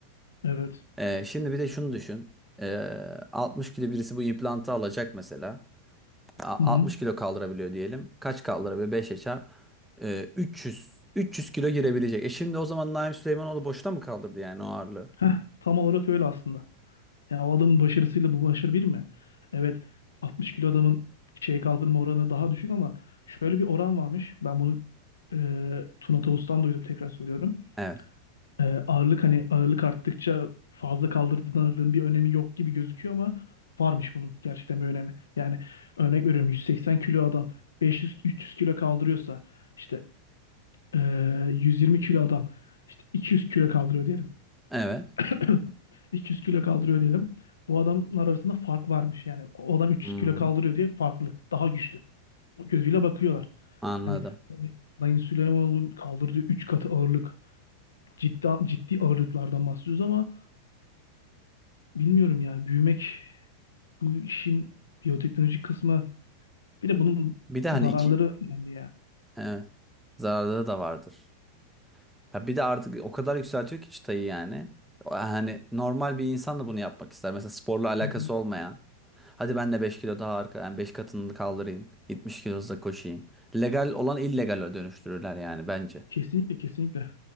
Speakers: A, on the left; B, in the centre.
A: Evet.
B: Ee, şimdi bir de şunu düşün. Ee, 60 kilo birisi bu implantı alacak mesela. A-
A: Hı hı.
B: 60 kilo kaldırabiliyor diyelim. Kaç kaldırabiliyor? 5'e çarp. Ee, 300. 300 kilo girebilecek. E şimdi o zaman Naim Süleymanoğlu boşta mı kaldırdı yani o ağırlığı?
A: Heh, tam olarak öyle aslında. Yani o adamın başarısıyla bu başarı bir mi? Evet 60 kilo adamın şey kaldırma oranı daha düşük ama şöyle bir oran varmış. Ben bunu e, Tuna Tavus'tan duydum tekrar söylüyorum.
B: Evet.
A: E, ağırlık hani ağırlık arttıkça fazla kaldırdığın ağırlığın bir önemi yok gibi gözüküyor ama varmış bunun gerçekten bir önemi. Yani örnek veriyorum 180 kilo adam 500-300 kilo kaldırıyorsa işte e, 120 kilo adam işte 200 kilo kaldırıyor diyelim.
B: Evet.
A: <clears throat> 200 kilo kaldırıyor diyelim. Bu adamlar arasında fark varmış yani. O adam 300
B: Hmm,
A: kilo kaldırıyor diye farklı, daha güçlü. O gözüyle bakıyorlar.
B: anladım.
A: Hani Sayın Süleymanoğlu'nun kaldırdığı 3 katı ağırlık ciddi ciddi ağırlıklardan bahsediyoruz ama bilmiyorum yani büyümek bu işin biyoteknolojik kısmı bir de bunun
B: Bir de
A: zararları
B: hani iki...
A: önemli ya.
B: Evet. Zararları da vardır. Ya bir de artık o kadar yükseltiyor ki çıtayı yani. O- Hani normal bir insan da bunu yapmak ister. Mesela sporla alakası
A: Hı hı.
B: olmayan. Hadi ben de 5 kilo daha arka yani 5 katını kaldırayım. 70 kilo hızla koşayım. Legal olan illegale dönüştürürler yani bence.
A: Kesinlikle kesinlikle.